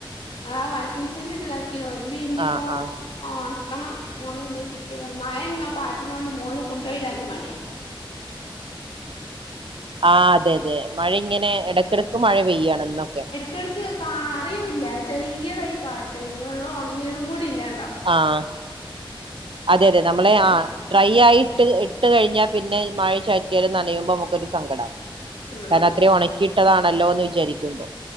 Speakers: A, on the left; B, on the right.
A: ആഹ് വാഷിംഗ മെഷീനില ഇട്ട്താക്കി വമ്പ ഇനിയിപ്പോ
B: ആഹ് ആഹ്
A: ജെആഹ് ണക്കണം മോള് കൊണ്ട്പോയി ചിക്കിട മഴാ പാറ്റിനോണ്ട് മോള് കൊണ്ടുപയി മടിയാ
B: ആഹ് അതെ അതെ മഴ ഇങ്ങനെ ഇടക്കിടക്ക് മഴ പെയ്യാണ് എന്നൊക്കെ
A: ക്ക് അറിയവില്ല ചെറിയതായി പാറ്റ എന്നള്ള ഉണങ്ങിയത കൂടി ഇല്ലാ
B: ആഹ് അതെ അതെ നമ്മളെ ആഹ്
A: <unintelligible> <unintelligible>
B: ഡ്രൈ ആയിട്ട് ഇട്ട് കഴിഞ്ഞാൽ പിന്നെ മഴ ചാറ്റൽ നനയുമ്പോ നമുക്കൊരു സങ്കടം
A: ആഹ്
B: കാരണം അത്രയും ഉണക്കിയിട്ടതാണല്ലോ എന്ന് വിചാരിക്കുമ്പോ